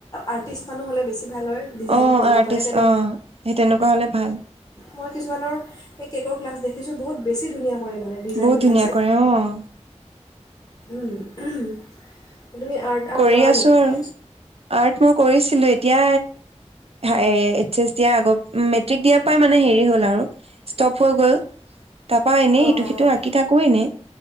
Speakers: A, on the left (about 35°); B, on the right (about 55°).
A: আৰ্টিষ্ট মানহ হ'লে বেছি ভালৰে ডিজাইন
B: অ
A: কৰিব
B: আৰ্টিষ্ট
A: পাৰে তেনেক,
B: অ সেই তেনেকুৱা হলে ভাল
A: মই কিছুমানৰ এই কেকৰ ক্লাছ দেখোঁ দেখিছোঁ বহুত বেছি ধুনীয়া কৰে মানে ডিজাইনবিলাক
B: বহুত ধুনীয়া
A: যে
B: কৰে, অঁ।
A: উম। এইটো আৰ্ট-আৰ্ট
B: কৰি
A: কৰা
B: আছো
A: নেকি?
B: আৰু আৰ্ট মই কৰিছিলো। এতিয়া এইচ এছ দিয়া আগৰ, মেট্ৰিক দিয়াৰ পৰাই মানে হেৰি হল আৰু ষ্টপ হৈ গল। তাৰাপা এনে
A: অঁ
B: ইটো-সিটো আঁকি থাকো এনে।